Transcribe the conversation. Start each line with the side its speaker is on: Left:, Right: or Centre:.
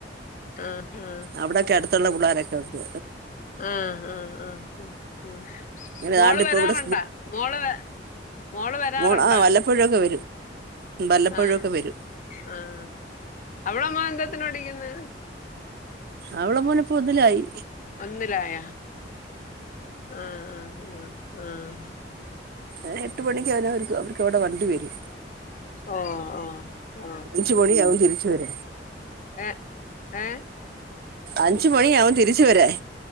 Left: ആഹ് ആഹ്
Right: അവിടോക്കെ അടുത്തുള്ള പിള്ളോരൊക്കെ ഉണ്ട്
Left: ആഹ് ആഹ് ആ്ഹ് ഉ ഉ
Right: അങ്ങനെ
Left: മോള്
Right: ആണ്ട് ഇപ്പ
Left: വരാറുണ്ടാ
Right: ഇവിടെ
Left: മോള് വ മോള് വരാറുണ്ടാ
Right: മോ ആ വല്ലപ്പഴൊക്കെ വരും വല്ലപ്പഴൊക്കെ
Left: ആഹ്
Right: വരും
Left: ആഹ് അവവിളാമ്മ എന്താത്തിനോഓടിക്കന്ന്
Right: അവളെ മോനെ പൊന്നിലായി
Left: ഒന്നിലായ ആഹ് ആഹ് ആഹ് ആഹ്
Right: ഏഹ് എട്ട് മണിക്ക് അവ അവർക്ക് അവർക്ക്വിടെ വണ്ടി വരും
Left: ഓ ഓ
Right: അച്ച മണിയിയാവും തിരിച്ച വരെ
Left: ഏ ഏ
Right: അഞ്ച മണി ആവും തിരിച്ച വരാ